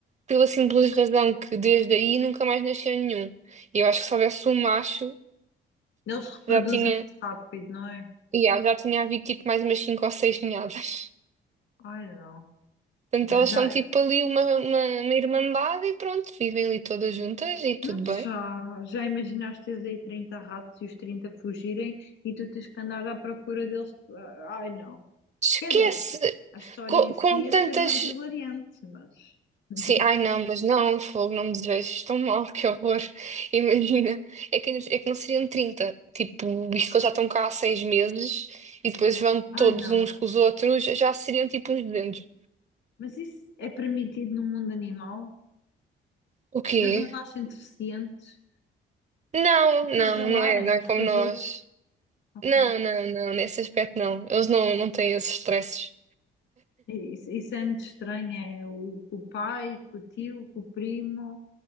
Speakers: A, on the right; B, on the left.
A: pela simples razão que desde aí nunca mais nasceu nenhum. E eu acho que se houvesse um macho,
B: Eles reproduzem
A: já tinha.
B: muito rápido, não é?
A: E ah, já tinha havido tipo mais umas cinco ou seis ninhadas.
B: Ai, não.
A: Portanto, elas
B: Já,
A: são tipo ali uma, uma, uma irmandade e pronto, vivem ali todas juntas e tudo
B: não, já,
A: bem.
B: já imaginaste teres aí 30 ratos e os 30 fugirem e tu tens que andar à procura deles? Ah, Ai, não.
A: Esquece
B: Quer dizer, a história
A: co-
B: em si
A: com, tantas.
B: ia ser mais hilariante, mas. <laughs>
A: Sim, ai não, mas não, fogo, não me desejo, tão mal, <laughs> que horror. Imagina, é que, é que não seriam 30 tipo, visto que eles já estão cá há seis meses e depois vão
B: Ai,
A: todos
B: não.
A: uns com os outros, já seriam tipo uns 200.
B: Mas isso é permitido no mundo animal?
A: O quê?
B: Eles não nascem deficientes?
A: Não,
B: Acasalarem
A: não, não é, não
B: uns
A: é como
B: com
A: nós.
B: os outros? Ok.
A: Não, não, não, nesse aspecto não. Eles não, não têm esses estresses.
B: E Isso, isso é muito estranho. É o, com o pai, com o tio, com o primo,